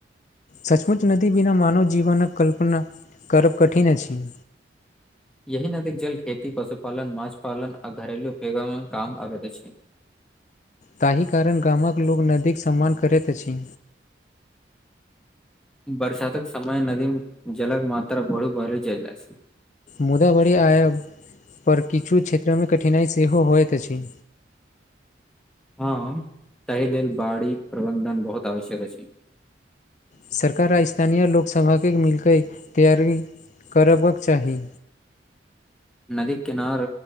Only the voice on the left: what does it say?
सचमुच नदी बिना मानव जीवनक कल्पना करब कठिन अछि
ताहि कारण गामक लोक नदीक सम्मान करैत अछि
मुदा बरी आयब पर किछु क्षेत्रमे कठिनाइ सेहो होइत अछि
सरकार आ स्थानीय लोकसभाके मिलकेऽ तैयारी करबक चाही